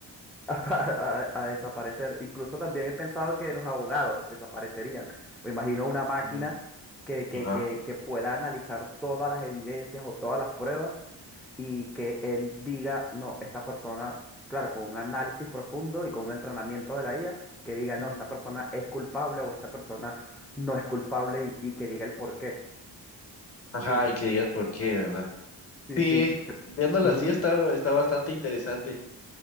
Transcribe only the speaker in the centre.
a, a a desaparecer. Incluso también he pensado que los abogados desaparecerían. Me imagino una máquina
que, que,
que, que pueda analizar todas las evidencias o todas las pruebas y que él diga, no, esta persona, claro, con un análisis profundo y con un entrenamiento de la IA, que diga,
no, esta persona es culpable o esta persona no es culpable y, y que diga el por qué.
Sí,
sí,
sí. cre-
Ujú.